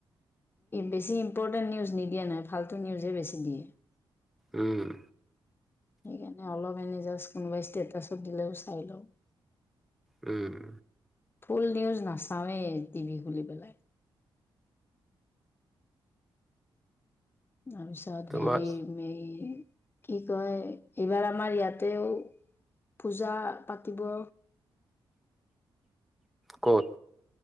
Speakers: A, on the left; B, in the centre.
A: বেছি ইম্পৰ্টেণ্ট নিউজ নিদিয়ে নাই। ফালটো নিউজে বেছি দিয়ে।
B: উম।
A: সেইকাৰণে অলপ এনে জাষ্ট কোনোবাই ষ্টেটাছত দিলেও চাই লওঁ।
B: উম।
A: ফুল নিউজ নাচাওঁৱেই টিভি খুলি পেলাই। তাৰপিছত
B: তোমাৰ
A: হেৰি, ম কি কয়, এইবাৰ আমাৰ ইয়াতেও পূজা পাতিব
B: ক'ত?